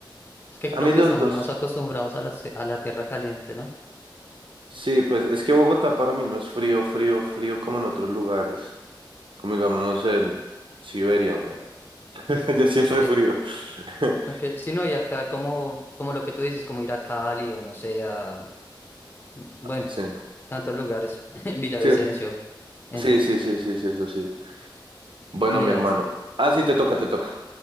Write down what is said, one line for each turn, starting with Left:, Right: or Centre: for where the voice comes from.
Left: Es que
Right: A
Left: creo
Right: mí
Left: que
Right: los
Left: estamos
Right: dos.
Left: más acostumbrados a la, se- a la tierra caliente, ¿no?
Right: Sí, pues es que Bogotá para mí no es frío, frío, frío como en otros lugares. Como digamos, no sé, en Siberia, güey. <laughs> Ya sí
Left: Ok,
Right: es re frío. <laughs>
Left: ok. Sí, no, y acá como, como lo que tú dices, como ir a Cali o no sé, a, mm, bueno,
Right: Sí,
Left: tantos lugares, <laughs> Villavicencio,
Right: sí,
Left: en
Right: sí,
Left: fin.
Right: sí, sí, sí, sí, eso sí. Bueno,
Left: Mira
Right: mi hermano.
Left: esta,
Right: Ah, sí, te toca, te toca.